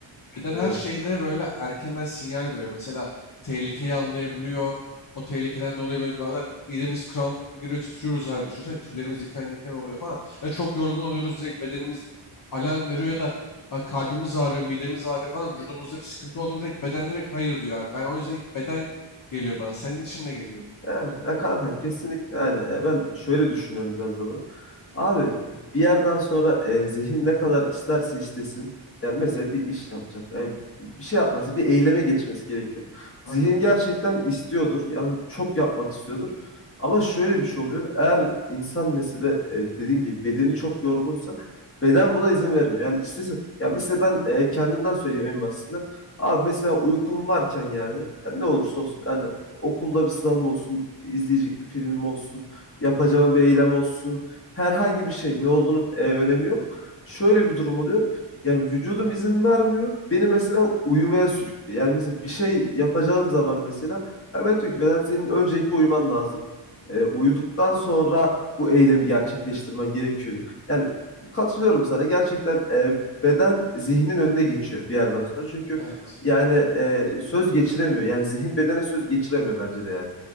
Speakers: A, on the left; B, on the left.
A: Beden
B: Neden?
A: her şeyde böyle erkenden sinyal veriyor. Mesela tehlikeyi anlayabiliyor. O tehlikeden dolayı böyle bazen midemiz kramp giriyor, titriyoruz abi. Düşünsene tüylerimiz diken diken oluyor falan. Ya çok yorgun oluyoruz direkt bedenimiz alarm veriyor ya da "Aa, kalbimiz ağrıyor, midemiz ağrıyor falan. Vücudumuzda bir sıkıntı olduğunda direkt beden direkt hayır diyor abi. Ben o yüzden ilk beden geliyor bana. Senin için ne geliyor?
B: Evet, ya kanka kesinlikle yani e, ben şöyle düşünüyorum biraz da bunu. Abi bir yerden sonra e, zihin ne kadar isterse istesin. Yani mesela bir iş yapacak. yani bir şey yapması, bir eyleme geçmesi gerekiyor.
A: Aynen.
B: Zihin gerçekten istiyordur. Yani çok yapmak istiyordur. Ama şöyle bir şey oluyor. Eğer insan mesela e, dediğin gibi bedeni çok yorgunsa beden buna izin vermiyor. Yani istesin. Ya mesela ben e, kendimden söyleyeyim en basitinden. Abi mesela uykum varken yani, yani ne olursa olsun yani okulda bir sınavım olsun, izleyecek bir filmim olsun, yapacağım bir eylem olsun herhangi bir şey ne olduğunu e, önemi yok. Şöyle bir durum oluyor. Yani vücudum izin vermiyor. Beni mesela uyumaya sürüklüyor. Yani mesela bir şey yapacağım zaman mesela hemen diyor ki beden senin öncelikle uyuman lazım. E, uyuduktan sonra bu eylemi gerçekleştirmen gerekiyor diyor. Yani katılıyorum sana. Gerçekten e, beden zihnin önüne geçiyor bir yerden sonra. Çünkü
A: Evet.
B: yani e, söz geçiremiyor. Yani zihin bedene söz geçiremiyor bence de yani.